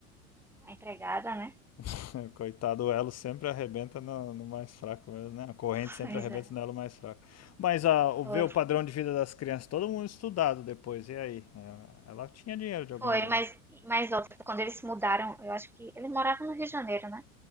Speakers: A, in the centre; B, on the left.
A: a empregada, né?
B: <laughs> Coitado, o elo sempre arrebenta no, no mais fraco mesmo, né? A corrente
A: <laughs>
B: sempre
A: Pois
B: arrebenta
A: é,
B: no elo mais fraco. Mas a, o
A: foi.
B: ver o padrão de vida das crianças, todo mundo estudado depois, e aí? Ela, ela tinha dinheiro de algum
A: Foi,
B: lugar.
A: mas, mas outra, quando eles se mudaram, eu acho que eles moravam no Rio de Janeiro, né?